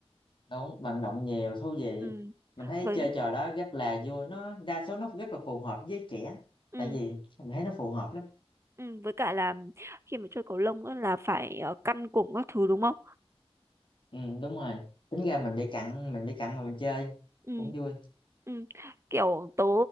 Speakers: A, on the left (about 50°); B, on the right (about 25°).
A: đúng vận động nhiều thú vị
B: ừ
A: mình thấy
B: với
A: chơi trò đó rất là vui nó đa số nó rất là phù hợp với trẻ
B: ừ
A: tại vì mình thấy nó phù hợp lắm
B: ừ với cả là khi mà chơi cầu lông á là phải ờ, căn cùng các thứ đúng không
A: ừ, đúng rồi tính ra mình bị cặn mình bị cặn mà mình chơi
B: ừ
A: cũng vui
B: ừ kiểu tớ